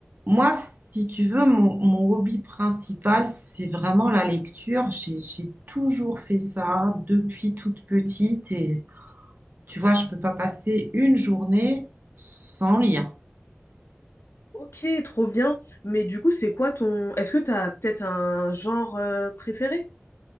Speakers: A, on the right; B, on the left.
A: Moi, si tu veux, mon, mon hobby principal, c'est vraiment la lecture. J'ai, j'ai toujours fait ça depuis toute petite et tu vois, je peux pas passer une journée sans lire.
B: Ok, trop bien. Mais du coup, c'est quoi ton... Est-ce que t'as peut-être un genre euh, préféré?